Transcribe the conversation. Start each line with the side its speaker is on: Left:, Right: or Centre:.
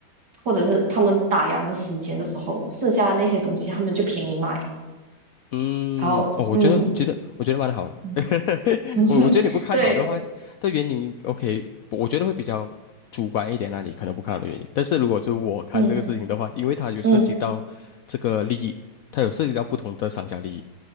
Right: 或者是他们打烊的时间的时候剩下的那些东西，他们就便宜卖。
Left: 嗯，
Right: 然后嗯
Left: 哦，我觉得觉得我觉得蛮好的，
Right: 嗯
Left: <laughs>
Right: <laughs>
Left: 我我觉得你不看好的话，
Right: 哼，对
Left: 的原因，OK，我觉得会比较主观一点那、你可能不看好的原因，但是如果是我看这个事情的话，
Right: 嗯
Left: 因为它有涉及到这个利益，
Right: 嗯。
Left: 它有涉及到不同的商家利益，